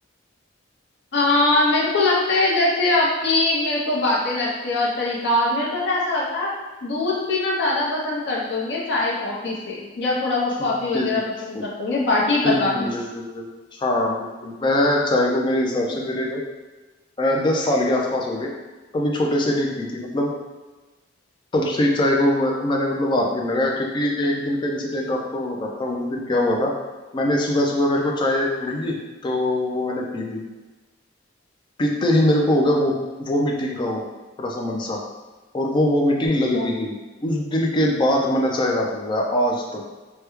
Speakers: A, on the left (about 65°); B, on the left (about 25°).
A: आ, मेरे को लगता है जैसे आपकी मेरे को बातें लगती है और तरीका और मेरे को तो ऐसा लगता है आप दूध पीना ज्यादा पसंद करते होंगे चाय कॉफी से या थोड़ा बहुत कॉफी
B: बिल्कुल
A: वगैरह पसंद करते होंगे बाकी पता
B: बिल्कुल
A: नहीं
B: बिल्कुल बिल्कुल हाँ बिल्कुल मैं चाय को मेरे हिसाब से मेरे को अ, दस साल के आसपास हो गए कभी छोटे से नहीं पी थी मतलब तब से ही चाय को म- मैंने मतलब हाथ नहीं लगाया क्योंकि एक दिन का इंसिडेंट आपको मैं बताता हूँ उस दिन क्या हुआ था मैंने सुबह सुबह मेरे को चाय मिली तो वो मैंने पी ली पीते ही मेरे को हो गया वो वो मीटिंग का हो थोड़ा सा मन सा और वो वो मीटिंग
A: अच्छा
B: लग भी गई उस दिन के बाद मैंने चाय का हाथ नहीं लगाया आज तक